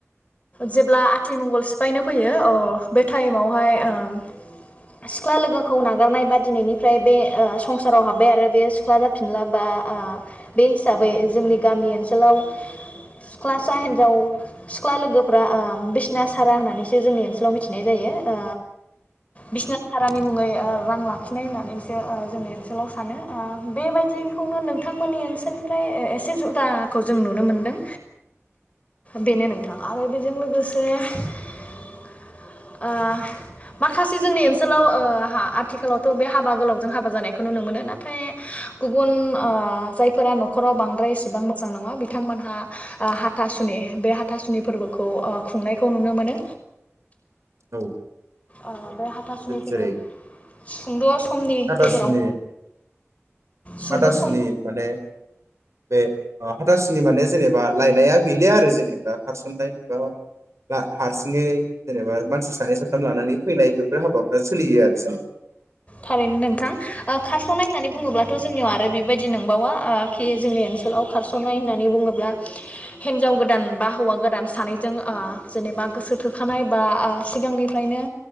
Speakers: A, on the left; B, on the right.
A: जेब्ला आथिमंगल। फायनो फैयो अ बे टाइमावहाय ओ सिख्ला लोगोखौ नागारनाय बा दिनैनिफ्राय बे ओ संसाराव हाबबाय आरो बे सिख्ला जाफिनला बा ओ बे हिसाबै जोंनि गामि ओनसोलाव सिख्लासा हिनजाव सिख्ला लोगोफ्रा ओ बिसना सारा होननानैसो जोंनि ओनसोलाव मिथिनाय जायो ओ बिसना सारानि मुङै ओ रां लाखिनाय होननानैसो ओ जोंनि ओनसोलाव सानो ओ बेबायदिखौनो नोंथांमोननि ओनसोलनिफ्राय एसे जुदाखौ जों नुनो मोनदों बेनो थां आरो बेजों लोगोसे ओ माखासे जोंनि ओनसोलाव ओ आथिखालावथ' बे हाबा गोलावजों हाबा जानायखौ नुनो मोनो। थाय गुबुन ओ जाय <unintelligible> खराव बांद्राय एसेबां मोजां नङा बि थांमोनहा ओ हाथा सुनि बे हा थासुनि फोरबोखौ ओ खुंनाय खौ नुनो मोनो।
B: औ।
A: ओ बे हाथासुनिफोर
B: जेरै
A: सुंद'। समनि
B: हाथासुनि
A: गेजेराव। सुंद'
B: हाथासुनि
A: सम
B: माने बे ओ हाथास जोंनि माने जेनेबा लायनाया गैलिया आरो जेनेबा खारसननाय बा हारसिङै जेनेबा मानसि सानै साथाम लानानै फैनाय बेफोर हाबाफ्रा सोलियो आरो जे
A: थारैनो नोंथां ओ खारस'नाय होननानै बुङोब्लाथ' जोंनियाव आरो बेबायदि नंबावा खि जोंनि ओनसोलाव खारस'नाय होननानै बुङोब्ला हिन्जाव गोदान बा हौवा गोदान सानैजों ओ जेनेबा गोसो थोखानाय बा ओ सिगांनिफ्रायनो